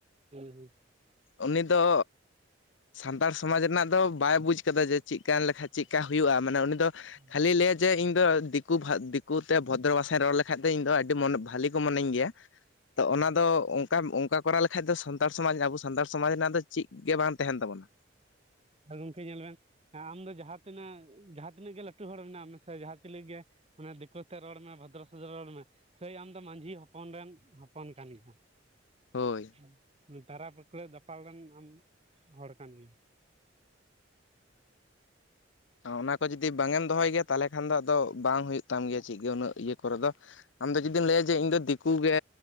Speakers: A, on the right (about 30°); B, on the left (about 70°).
A: ᱦᱩᱸ ᱦᱩᱸ ᱾
B: ᱩᱱᱤ ᱫᱚ ᱥᱟᱱᱛᱟᱲ ᱥᱚᱢᱟᱡᱽ ᱨᱮᱱᱟᱜ ᱫᱚ ᱵᱟᱭ ᱵᱩᱡᱽ ᱠᱟᱫᱟ ᱡᱮ ᱪᱮᱫ ᱠᱟᱱ ᱞᱮᱠᱟᱱ ᱪᱮᱫᱠᱟ ᱦᱩᱭᱩᱜ-ᱟ, ᱢᱟᱱᱮ ᱩᱱᱤ ᱫᱚ
A: ᱦᱮᱸ
B: ᱠᱷᱟᱹᱞᱤ ᱞᱟᱹᱭᱟ ᱡᱮ ᱤᱧ ᱫᱚ ᱫᱤᱠᱩ ᱫᱤᱠᱩ ᱛᱮ ᱵᱷᱚᱫᱨᱚ
A: ᱦᱮᱸ
B: ᱵᱷᱟᱥᱟᱧ ᱨᱚᱲ ᱞᱮᱠᱷᱟᱡ ᱫᱚ ᱤᱧ ᱫᱚ ᱟᱹᱰᱤ ᱢᱚᱱ ᱵᱷᱟᱹᱞᱤ ᱢᱟᱱᱟᱹᱧ
A: ᱦᱮᱸ
B: ᱜᱮᱭᱟ ᱛᱚ
A: ᱦᱮᱸ
B: ᱚᱱᱟ ᱫᱚ ᱠᱟᱢ ᱚᱱᱠᱟ ᱠᱚᱨᱟᱣ ᱞᱮᱠᱷᱟᱡ ᱫᱚ ᱥᱟᱱᱛᱟᱲ ᱥᱚᱢᱟᱡᱽ ᱟᱵᱚ ᱥᱟᱱᱛᱟᱲ ᱥᱚᱢᱟᱡᱽ ᱨᱮᱱᱟᱜ ᱫᱚ ᱪᱮᱫ ᱜᱮ ᱵᱟᱝ ᱛᱟᱦᱮᱱ ᱛᱟᱵᱚᱱᱟ ᱾
A: ᱟᱹ ᱜᱚᱝᱠᱮ ᱧᱮᱞ ᱵᱮᱱ ᱾ ᱟᱢ ᱫᱚ ᱡᱟᱦᱟᱸ ᱛᱤᱱᱟᱹᱜ ᱡᱟᱦᱟᱸ ᱛᱤᱱᱟᱹᱜ ᱜᱮ ᱞᱟᱹᱴᱩ ᱦᱚᱲ ᱢᱮᱱᱟᱜ ᱢᱮ ᱥᱮ ᱡᱟᱦᱟᱸ ᱛᱤᱱᱟᱹᱜ ᱜᱮ ᱚᱱᱟ ᱫᱤᱠᱩ ᱛᱮ ᱨᱚᱲ ᱢᱮ ᱵᱚᱫᱨᱚ ᱥᱚᱫᱨᱚ ᱨᱚᱲ ᱢᱮ ᱾ ᱥᱮᱭ ᱟᱢ ᱫᱚ ᱢᱟᱸᱡᱷᱤ ᱦᱚᱯᱚᱱ ᱨᱮᱱ ᱦᱚᱯᱚᱱ ᱠᱟᱱ ᱜᱮᱭᱟᱢ ᱾
B: ᱦᱳᱭ
A: <unintelligible> ᱫᱟᱯᱟᱞ ᱞᱮᱱ ᱟᱢ ᱦᱚᱲ ᱠᱟᱱ ᱜᱮᱟᱢ ᱾
B: ᱚᱱᱟ ᱠᱚ ᱡᱩᱫᱤ ᱵᱟᱝᱮᱢ ᱫᱚᱦᱚᱭ ᱜᱮᱭᱟ ᱛᱟᱦᱚᱞᱮ ᱠᱷᱟᱱ ᱫᱚ ᱟᱫᱚ ᱵᱟᱝ ᱦᱩᱭᱩᱜ ᱛᱟᱢ ᱜᱮᱭᱟ ᱪᱮᱫ ᱜᱮ ᱩᱱᱟᱹᱜ ᱤᱭᱟᱹ ᱠᱚᱨᱮ ᱫᱚ ᱾ ᱟᱢᱫᱚ ᱡᱩᱫᱤᱢ ᱞᱟᱹᱭᱟ ᱡᱮ ᱤᱧ ᱫᱚ ᱫᱤᱠᱩ ᱜᱮ